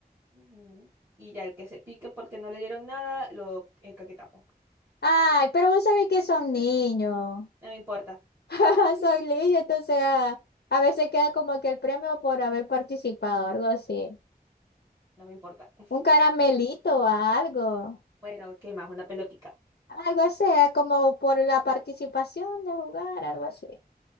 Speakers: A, on the right; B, on the left.
A: Ujú. Y ya el que se pique porque no le dieron nada, lo encaquetamos.
B: Ay, pero vos sabés
A: <laughs>
B: que son niños.
A: No me importa.
B: <laughs>
A: <laughs>
B: Son niños, entonces ah, a veces queda como que el premio por haber participado, algo así.
A: No me importa. <laughs>
B: Un caramelito o algo.
A: Bueno, ¿qué más? Una pelotica.
B: Algo así, ah, como por la participación de jugar, algo así.